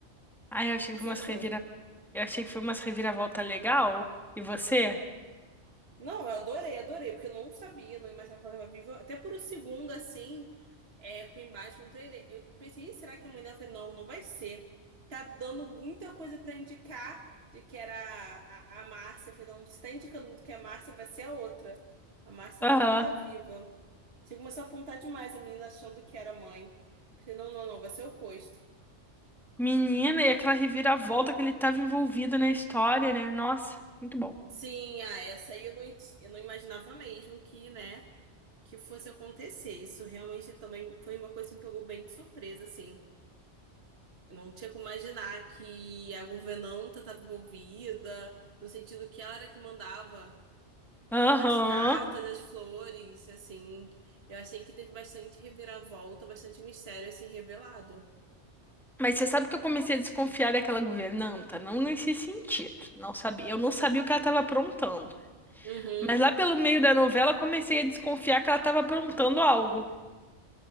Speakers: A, in the centre; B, on the right.
A: Ai, eu achei
B: que
A: que
B: você
A: foi umas
B: achou?
A: revira... eu achei que foi umas reviravolta legal. E você?
B: Não, eu adorei, adorei, porque eu não sabia, não imaginava que ela estava viva. Até por um segundo, assim, é, com o embate com o trailer, eu pensei, "Ih, será que a mãe dela foi? Não, não vai ser. Tá dando muita coisa pra indicar de que era a, a, a Márcia. Eu falei, não, se tá indicando muito que é a Márcia, vai ser a outra. A Márcia
A: Aham.
B: não tá viva. Você começou a apontar demais a menina achando que era a mãe. Eu Falei, não, não, não, vai ser o oposto.
A: Menina, e aquela reviravolta que ele tava envolvido na história, né? Nossa, muito bom.
B: Sim, ah, essa aí eu não, eu não imaginava mesmo que, né? que fosse acontecer. Isso realmente também foi uma coisa que me pegou bem de surpresa, assim. Eu não tinha como imaginar que a governanta estava envolvida, no sentido que ela era que mandava
A: Aham.
B: as cartas, as flores, assim. Eu achei que teve bastante reviravolta, bastante mistério, assim, revelado.
A: Mas você sabe que eu comecei a desconfiar daquela governanta? Não nesse sentido. Não sabia. Eu não sabia o que ela estava aprontando.
B: Uhum.
A: Mas lá pelo meio da novela, comecei a desconfiar que ela estava aprontando algo.